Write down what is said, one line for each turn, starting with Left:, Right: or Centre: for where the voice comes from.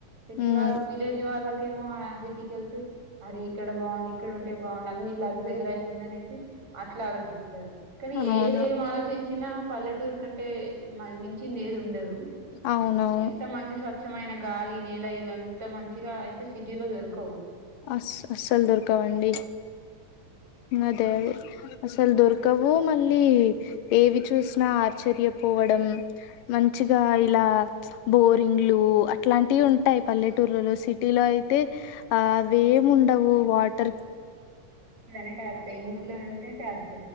Right: సిటీ
Left: ఉమ్
Right: వాళ్ళు. విలేజ్ వాళ్ళకేమో సిటీకిళ్తే అరే ఇక్కడ బాగుంది ఇక్కడ ఉంటే బాగుంది అన్ని లక్సరీ లైఫ్నన్న. అనేసి అట్లా ఆలోచిస్తారు. కానీ
Left: అవును
Right: ఏది ఏం ఆలోచించినా పల్లెటూరు కంటే మించి ఏది లేదు ఉండదు
Left: అవునవును
Right: ఎంత మంచి స్వచ్ఛమైన గాలి నేల ఇవ ఇంత మంచిగా అయితే సిటీలో దొరుకు
Left: అస్ అస్సలు దొరకావండి అదే అదే అసలు దొరకవు మళ్ళీ ఏవి చూసినా ఆశ్చర్యపో. పోవడం మంచిగా ఇలా బోరింగ్లు అట్లాంటివి ఉంటాయి పల్లెటూర్. లో సిటీలో అయితే ఆ అవి ఏమి ఉండవు వాటర్.
Right: ఇడనే టాచ్ ఇంట్లో ఉంటే టాచ్